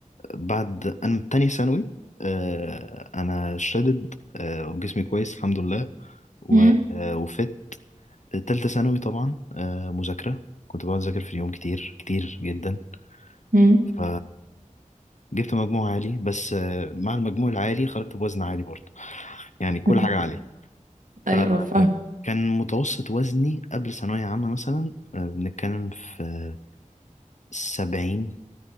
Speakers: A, on the left; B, on the right.
A: بعد انا من تانية ثانوي آه، انا شدد آه، وجسمي كويس الحمد لله و-
B: مم.
A: آه، وفت تالتة ثانوي طبعا آه، مذاكرة كنت بقعد أذاكر في اليوم كتير كتير جدا
B: مم.
A: ف جبت مجموع عالي بس آه، مع المجموع العالي خرجت بوزن عالي برضه يعني كل
B: <laughs>
A: حاجة عالية
B: ايوه
A: فكان
B: فاهم
A: متوسط وزني قبل ثانوية عامة مثلا آه، بنتكلم في سبعين